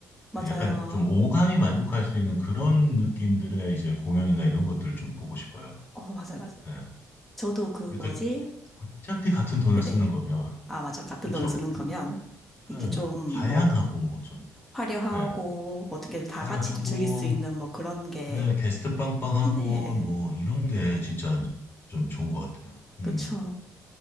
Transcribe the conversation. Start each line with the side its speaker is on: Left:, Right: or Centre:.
Centre: 맞아요.
Left: 예, 약간 좀 오감이 만족할 수 있는 그런 느낌들의 이제 공연이나 이런 것들을 좀 보고 싶어요.
Centre: 어, 맞아요, 맞아요.
Left: 예.
Centre: 저도 그
Left: 그러니까
Centre: 뭐지?
Left: 어차피 같은 돈을
Centre: 네네.
Left: 쓰는 거면
Centre: 아, 맞아. 같은
Left: 그렇죠.
Centre: 돈을 쓰는 거면, 이렇게
Left: 예,
Centre: 좀,
Left: 다양하고
Centre: 뭐,
Left: 뭐 좀
Centre: 화려하고,
Left: 예,
Centre: 뭐 어떻게 다
Left: 화려하고
Centre: 같이 좀 즐길 수 있는, 뭐, 그런 게,
Left: 네, 게스트 빵빵하고
Centre: 네.
Left: 뭐 이런 게 진짜 좀 좋은 것 같아요. 음,
Centre: 그쵸.